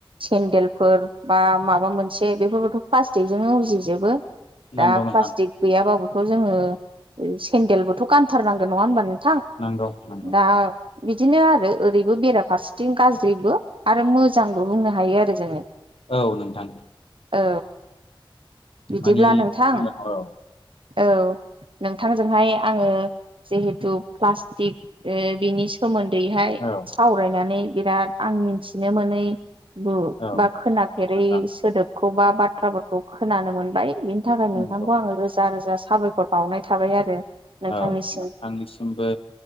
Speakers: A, on the right; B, on the left.
A: सेन्देलफोर बा माबा मोनसे बेफोरबोथ' प्लास्टिकजोंनो उजिजोबो। दा
B: नंगौ नोंथां
A: प्लास्टिक गैयाबाबोथ' जोङो सेन्देलबोथ' गानथारनांगोन नङा होनबा नोंथां।
B: नांगौ नांगौ।
A: दा बिदिनो आरो ओरैबो बेराफारसेथिं गाज्रिबो आरो मोजांबो बुंनो हायो आरो जोङो।
B: औ नोंथां।
A: औ बिदिब्ला
B: मानि
A: नोंथां
B: बुंनो औ
A: औ नोंथांजोंहाय आङो जिहेथु प्लास्टिक ओ बिनि सोमोन न्दैहाय
B: औ
A: सावरायनानै बिराद आं मिथिनो मोनै बो
B: औ
A: बा खोनाफेरै
B: नोंथां
A: सोदोबखौ बा बाथ्राफोरखौ खोनानो मोनबाय। बेनि थाखाय नोंथांखौ
B: नंगौ
A: आङो
B: नोंथां
A: रोजा रोजा साबायखर बावनाय थाबाय आरो। नोंथांनिसिम
B: औ नोंथांनिसिमबो